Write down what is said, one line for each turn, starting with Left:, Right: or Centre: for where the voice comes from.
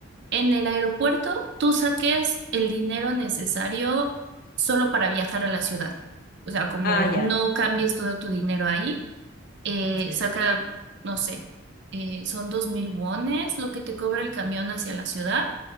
Right: en el aeropuerto tú saques el dinero necesario solo para viajar a la ciudad. O sea, como
Left: Ah, ya.
Right: no cambies
Left: Ok.
Right: todo tu dinero ahí, eh,
Left: Sí.
Right: saca, no sé, eh, son dos mil wones lo que te cobra el camión hacia la ciudad.